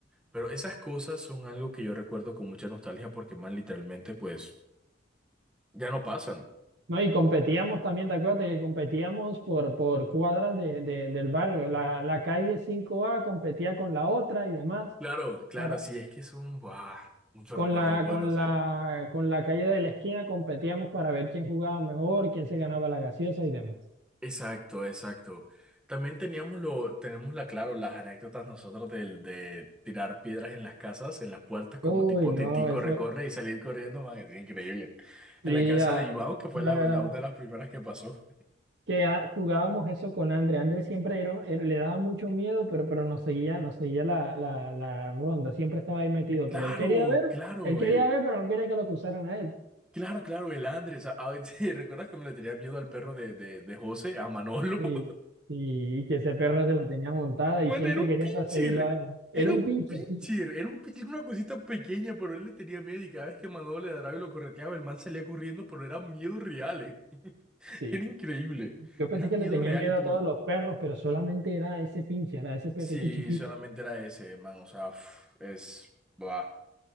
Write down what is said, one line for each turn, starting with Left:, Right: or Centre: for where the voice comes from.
Centre: Pero esas cosas son algo que yo recuerdo con mucha nostalgia porque, man, literalmente, pues, ya no pasan.
Right: No, y competíamos también, ¿te acuerdas que competíamos por, por cuadras de, de- del barrio? La, la calle cinco a competía con la otra y demás.
Centre: Claro, claro,
Right: Para-
Centre: sí, es que son, buah, muchos
Right: Con
Centre: recuerdos
Right: la,
Centre: buenos,
Right: con la,
Centre: ¿eh?
Right: con la calle de la esquina competíamos para ver quién jugaba mejor, quién se ganaba la gaseosa y demás.
Centre: Exacto, exacto. También teníamos lo, tenemos la, claro, las anécdotas nosotros del, de tirar piedras en las casas, en las puertas, como
Right: Uy,
Centre: tipo
Right: no,
Centre: Titingo
Right: eso
Centre: recorre y salir corriendo, man, es increíble. En
Right: sí,
Centre: la casa
Right: ah,
Centre: de Iván, que fue
Right: la
Centre: la,
Right: verdad,
Centre: la- una de las primeras que pasó.
Right: que ah, jugábamos eso con André. André siempre era- era- le daba mucho miedo, pero, pero nos seguía, nos seguía la, la, la ronda, siempre estaba ahí metido,
Centre: Ay, Claro,
Right: pero él quería ver,
Centre: claro,
Right: él quería
Centre: el,
Right: ver, pero no quería que lo acusaran a él.
Centre: Claro, claro, el Andrés. A- a- <laughs> ¿te ¿Recuerdas cuando le tenía miedo al perro de, de, de José, a Manolo?
Right: Sí,
Centre: <laughs>
Right: sí, y que ese perro se la tenía montada y
Centre: Bueno,
Right: siempre
Centre: era un
Right: quería
Centre: pincher.
Right: perseguirlo a él.
Centre: Era
Right: Era un
Centre: un
Right: pincher,
Centre: pincher.
Right: sí.
Centre: Era un pincher, una cosita pequeña, pero él le tenía miedo y cada vez que Manolo le ladraba y lo correteaba, el man salía corriendo, pero era miedo real, ¿eh? <laughs>
Right: Sí.
Centre: Era increíble.
Right: Yo pensé
Centre: Era miedo
Right: que le tenía
Centre: real
Right: miedo
Centre: y puro.
Right: a todos los perros, pero solamente era a ese pincher, a ese perrito
Centre: Sí,
Right: chiquito.
Centre: solamente era ese, man. O sea, uf, es... buah.